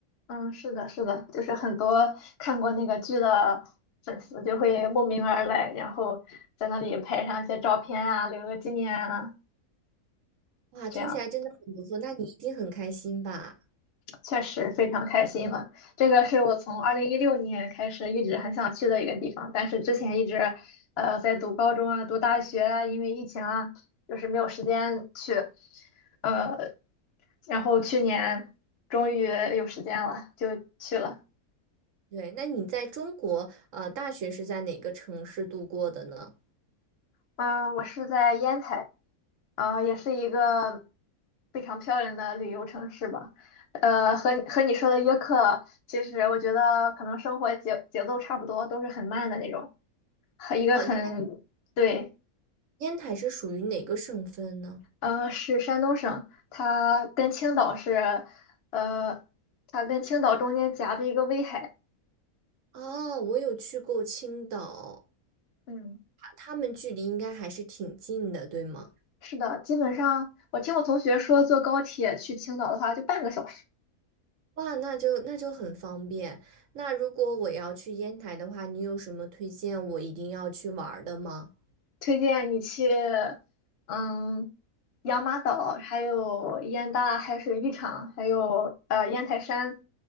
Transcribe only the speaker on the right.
哇，
听起来真的很不错，那你一定很开心吧？
对，那你在中国，呃，大学是在哪个城市度过的呢？
哦，烟烟台是属于哪个省份呢？
哦，我有去过青岛，
啊他们距离应该还是挺近的，对吗？
哇，那就那就很方便。那如果我要去烟台的话，你有什么推荐我一定要去玩儿的吗？